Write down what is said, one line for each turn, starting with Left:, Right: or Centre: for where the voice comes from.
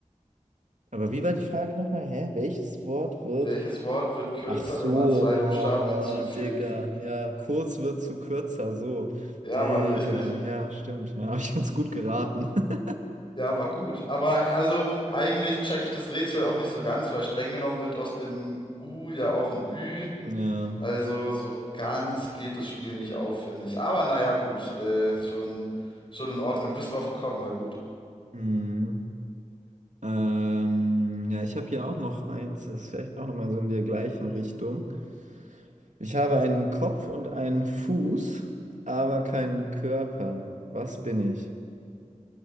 Right: Aber wie war die Frage nochmal? Hä? Welches Wort wird
Left: Welches Wort wird kürzer,
Right: Ach so,
Left: wenn man zwei
Right: oh,
Left: Buchstaben hinzufügt?
Right: Digga, ja, kurz wird zu kürzer, so.
Left: Ja,
Right: Digga,
Left: Mann, richtig.
Right: ja, stimmt, ja, <laughs> habe ich jetzt gut geraten. <laughs>
Left: Ja, war gut. Aber also eigentlich check ich das Rätsel auch nicht so ganz, weil streng genommen wird aus dem U ja auch ein Ü.
Right: Ja,
Left: Also so ganz geht das Spiel nicht auf, finde ich. Aber naja, gut, äh, schon, schon in Ordnung. Du bist drauf gekommen, war gut.
Right: hm. Ähm, ja, ich habe hier auch noch eins, das ist vielleicht auch nochmal so in der gleichen Richtung. Ich habe einen Kopf und einen Fuß, aber keinen Körper. Was bin ich?